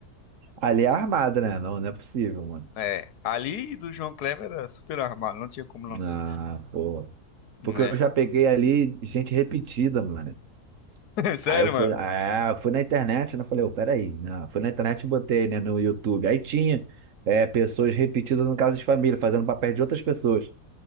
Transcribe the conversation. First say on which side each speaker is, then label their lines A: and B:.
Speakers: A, on the right; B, on the left.
A: Ali é armado, né? Não, não é possível, mano.
B: É, ali do João Kleber era super armado, não tinha como não ser.
A: Ah, pô. Porque
B: É.
A: eu já peguei ali gente repetida, mano.
B: <laughs> Sério,
A: Aí eu fui,
B: mano?
A: ah, fui na internet, né? Falei, ô, peraí. Não, fui na internet e botei, né, no YouTube. Aí tinha é, pessoas repetidas no caso de família, fazendo papel de outras pessoas.